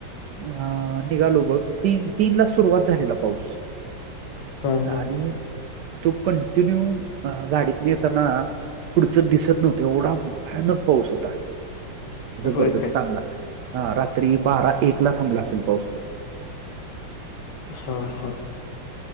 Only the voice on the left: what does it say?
हां हां
होय काय
हा हा